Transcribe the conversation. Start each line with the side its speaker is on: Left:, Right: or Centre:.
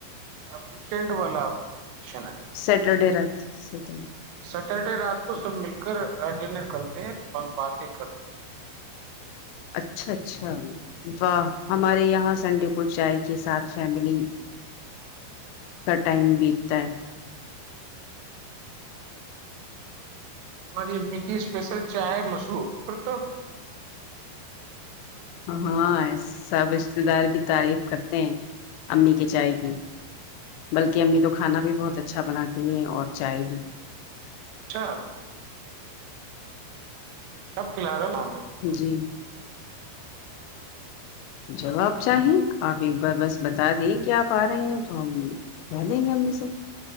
Right: اب ویکینڈ والا کوشن آئے
Left: سیٹرڈے رات سٹرڈے
Right: سٹرڈے رات کو سب مل کر ڈنر کرتے ہیں اور باتیں کرتے ہیں
Left: اچھا اچھا واہ ہمارے یہاں سنڈے کو چائے کے ساتھ فیملی کا ٹائم بیتتا ہے
Right: ہماری امی کی اسپیشل چائے مسوع پھر تو
Left: ہاں سب رشتے دار بھی تعریف کرتے ہیں امی کے چائے کی بلکہ امی تو کھانا بھی بہت اچھا بناتی ہیں اور چائے بھی
Right: اچھا کب کھلا رہے ہو
Left: جی جب آپ چاہیں آپ ایک بار بس بتا دیں کیا آپ آ رہے ہیں تو ہم کہہ دیں گے امی سے